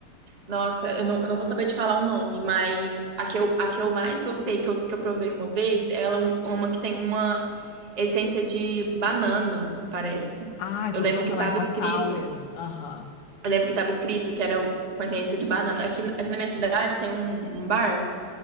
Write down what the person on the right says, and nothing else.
Nossa, eu não, eu não vou saber te falar o nome, mas a que eu, a que eu mais gostei, que eu, que eu provei uma vez, ela é um- uma que tem uma essência de banana, parece.
Eu
lembro
que estava
escrito,
eu lembro que estava escrito que era um, com essência de banana. Aqui, aqui na minha cidade tem um, um bar